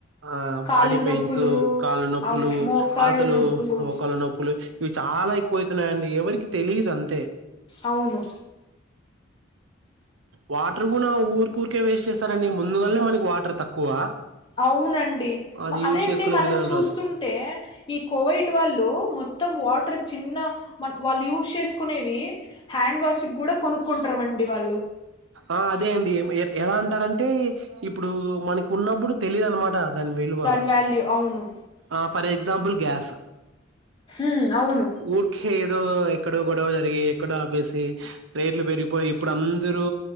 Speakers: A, on the right; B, on the left.
A: ఆ
B: కాళ్ళు
A: బాడీ పెయిన్స్
B: నొప్పులు
A: కాళ్ళ నొప్పులు
B: అవు మోకాళ్ళు
A: అసలు
B: నొప్పులు
A: మోక్ పులే ఇవి చాలా ఎక్కువైతున్నాయండి. ఎవరికి తెలిదు అంతే
B: అవును
A: వాటర్ గూనా ఊరుక్ ఊరికే వేస్ట్ చేసరండి. ముందుగాల్నే మనకి వాటర్ తక్కువ
B: అవునండి.
A: అది యూజ్
B: అదే అండి
A: చేసుకునే
B: మనం
A: విధానం
B: చూస్తుంటే
A: రాదు
B: ఈ కోవైట్ వాళ్ళు మొత్ తం. వాటర్ చిన్న మన్ వాళ్ళు యూస్ చేసుకునేవి, హ్యాండ్ వాష్ కూడా కొనుక్కుంటర్ వన్ ఇవాళ్ళో
A: ఆ అదే అండి. ఏత్ ఎలా అంటారంటే ఇప్పుడు మనకు ఉన్నప్పుడు తెలిద్ అనమాట దన్ విలువా
B: దాని వాల్యూ అవును
A: ఆప్ ఫర్ ఎగ్జాపుల్ గ్యాస్
B: ఉమ్, అవును
A: ఊర్కీ కేదో ఎక్కడో గొడవ జరిగి, ఎక్కడో ఆపేసి రేట్లు పెరిగిపోయి ఇప్పుడు అందరూ